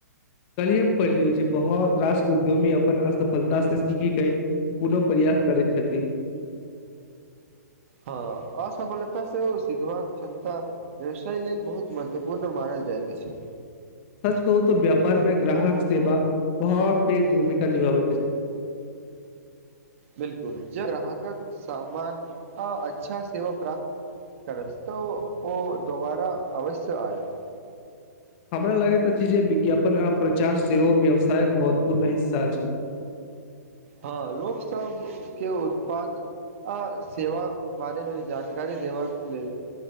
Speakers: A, on the left (about 40°); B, on the right (about 50°).
A: कलिय पढ़लियो जे बहोत रास उद्योमी अपन असफलता से सीखिक आइ। पुनो प्रयास करै छथिन।
B: हँ असफलता से ओ सिखबाक क्षमता। व्यवसाय लेल बहुत महत्वपूर्ण मानल जाइत अछि।
A: सच कहु त व्यापार मे ग्राहक सेवा बहुत पेघ भूमिका निभाबैत अछि।
B: बिलकुल ज ग्राहकक सामान आ अच्छा सेवा प्राप्त। करसतौ ओ दोबारा अवश्य आयत।
A: हमरा लागैत अछि जे विज्ञापन आ प्रचार सेहो व्यवसायक महत्वपूर्ण हिस्सा अछि।
B: हँ लोकसब के उत्पात। आ सेवा बारेमे जानकारी देबाक लेल।